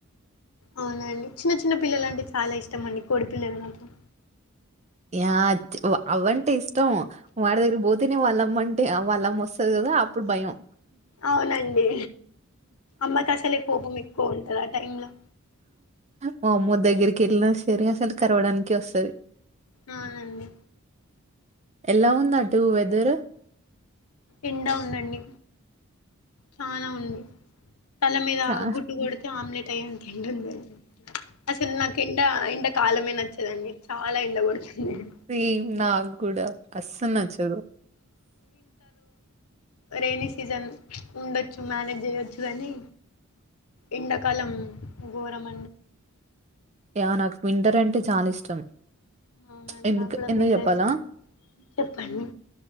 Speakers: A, on the left; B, on the right.
A: అవునండి చిన్న చిన్న పిల్లల అంటే చాలా ఇష్టం అండి కోడి పిల్లలు మాత్రం
B: ఆ అవ్వంటే ఇష్టం వాడి దగ్గర పోతేనే వాళ్ళమ్మంటే వాళ్ళమ్మ వస్తుంది అప్పుడు భయం
A: అవునండి అమ్మకి అసలే కోపం ఎక్కువ ఉంటది ఆ టైం లో
B: మా అమ్మ దగ్గరికి వెళ్ళినా సరే అసలు కరవడానికి వస్తుది
A: అవునండి
B: ఎలా ఉంది అటు వెదర్
A: ఎండా ఉందండి చాలా ఉంది తల మీీద
B: చా
A: గుట్టు కొడితే ఆమ్లెట్ అయ్యంత ఎండ ఉందండి అసలు నాకు ఎండ ఎండ కాలమే నచ్చదండి చాలా ఎండ పడుతుంది నేను
B: సేమ్ నాకు కూడా అస్స నచ్చదు
A: రెయిని సీజన్ ఉండొచ్చు మేనేేజ్ చేయొచ్చు కాని ఎండాకాలం ఘోరంం
B: యా నాకు వింటర్ అంటే చాలా ఇష్టం
A: అవునండి
B: ఎందుకు
A: నాకు కూడా
B: ఎందుకు
A: వింటర్
B: చెప్పాలా
A: ఇష్టం చెప్పండి